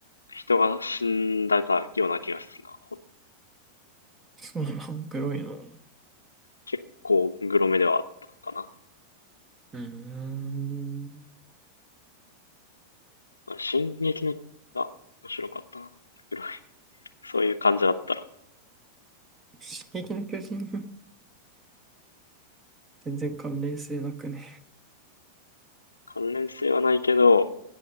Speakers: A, on the left (about 75°); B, on the right (about 20°).
A: 人が死んだような気がするな。
B: そうなの、グロいの。う
A: 結構グロめではあったか
B: ーん。
A: な。進撃の巨人が面白かったな。グロい。そういう感じだったら。
B: 進撃の巨人全然関連性なくね。
A: 関連性はないけど、